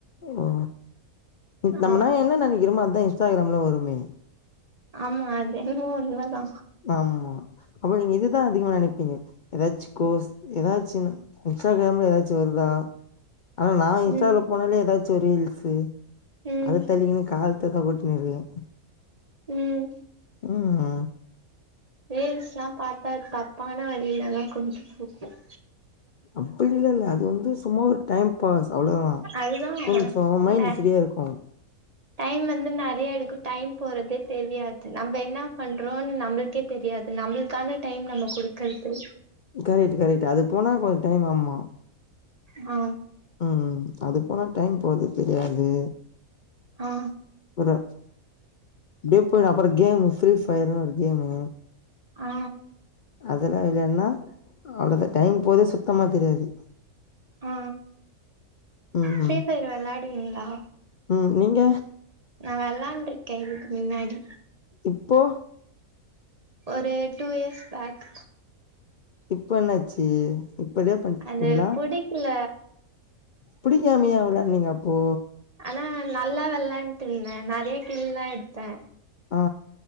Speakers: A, on the left; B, on the right.
A: ஓ நம்மனா
B: ஆ
A: என்னா நெனைக்கிறோமோ அதா இன்ஸ்டாகிராம்ல வருமே
B: ஆமா அது என்னமோ உண்மதா
A: ஆமா அப்போ நீங்க இதுதான் அதிகமா நெனப்பீங்க எதாச்சு கோஸ் எதாச்சு இன்ஸ்ட்டாகிராம்ல எதாச்சு வருதா ஆனா நா இன்ஸ்டா
B: ம்
A: உள்ள போனாலே எதாச்சும் ரீல்சு
B: ம்
A: அத தள்ளிக்கினு காலத்த தா ஓட்டினு இருக்க
B: ம்
A: ம் அ
B: ரீல்ஸ்ல்லா பாத்தா தப்பான வழியிலதா கொண்டு போகும்
A: அப்டிலா இல்ல அது வந்து சும்மா ஒரு டைம் பாஸ் அவ்ளோதான்
B: அதுதா
A: கொஞ்சம் மைண்ட்
B: ந
A: ஃப்ரீயா இருக்கும்
B: டைம் வந்து நறியா இருக்கு டைம் போறதே தெரியாது நம்ப என்னா பண்றோன்னு நமக்கே தெரியாது நம்புளுக்கான டைம் நம்ம குடுக்கறதுல்ல
A: கரெக்ட் கரெக்ட் அது போனா கொஞ்சம் டைம் ஆமா
B: ஆ
A: ம் ம் அது போனா டைம் போறதே தெரியாது
B: ஆ
A: ஒரு டீப்புள் அப்பறம் கேமு ஃப்ரீ ஃபயர்னு ஒரு கேமு
B: ஆ
A: அதல்லா இல்லன்னா அவ்ளோத்தா டைம் போறதே சுத்தமா தெரியாது
B: ஆ
A: ம்
B: ஃப்ரீ
A: ம்
B: ஃபயர் வெளாடுவீங்களா
A: ம் நீங்க
B: நா வெளாண்டுறுக்கே இதுக்கு மின்னாடி
A: இப்போ
B: ஒரு டூ இயர்ஸ் பேக்
A: இப்ப என்னாச்சு இப்படியே பண்ட்டீங்களா
B: அது புடிக்கல
A: புடிக்காமியா விளயான்டீங்க அப்போ
B: ஆனா நல்லா வெலலான்ட்டு இருந்தேன் நறைய கீழ்ல்லாம் எடுத்தேன்
A: ஆ